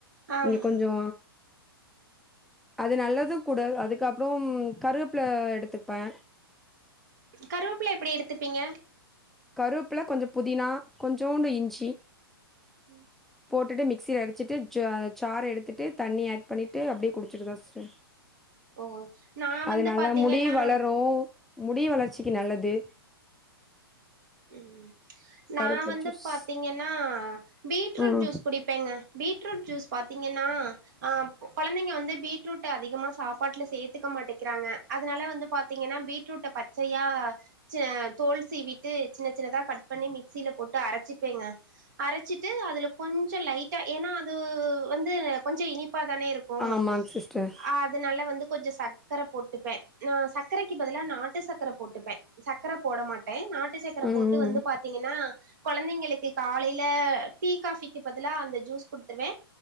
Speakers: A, on the right (about 45°); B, in the centre.
A: ஆம்
B: இங்க கொஞ்சோ அது நல்லது கூட அதுக்கப்புறோம் கருவப்புல எடுத்துப்பே
A: கருவப்பில எப்டி எடுத்துப்பீங்க
B: கருவப்புல கொஞ்சோ புதினா கொஞ்சோண்டு இஞ்சி
A: ம்
B: போட்டுட்டு மிக்சியில அடிச்சிட்டு ஜ ஜார எடுத்துட்டு தண்ணிய ஆட் பண்ணிட்டு அப்படியே குடிச்சிருவ சிஸ்டர்
A: ஓ நா
B: அது
A: வந்து
B: நல்ல
A: பாத்தீங்கன்னா
B: முடி வளரு முடி வளர்ச்சிக்கு நல்லது
A: ம் நா
B: கருவேப்பில
A: வந்து
B: ஜூஸ்
A: பாத்தீங்கன்னா பீட்ரூட்
B: ம்
A: ஜூஸ் குடி ப்பேங்க பீட்ரூட் ஜூஸ் பாத்தீங்கன்னா ஆ கொழந்தைங்க வந்து பீட்ரூட் ட்ட அதிகமா சாப்பாட்டுல சேத்துக்க மாட்டிக்றாங்க அதனால வந்து பாத்தீங்கனா பீட்ரூட்ட பச்சையா ச தோல் சீவிட்டு சின்ன சின்னதா கட் பண்ணி மிக்சியில போட்டு அரைச்சிப்பேங்க அரைச்சிட்டு அதுல கொஞ்ஜோ லைட்டா ஏனா அது வந்து கொஞ்ச இனிப் ப்பா தானே இருக்கும்
B: ஆமாங் சிஸ்டர்
A: அ தனால வந்து கொஞ்ஜோ சக்கர போட்டுப்பேன் நா சக்கரைக்கு பதிலா நாட்டு சக்கர போட்டுப்பேன் சக்கர போட மாட்டேன் நாட்டு சக்கரை
B: ம்
A: போட்டு வந்து பாத்தீங்கனா கொழந்தைங்களுக்கு காலையில டீ காபிக்கு பதிலா அந்த ஜூஸ் குடுத்துருவேன்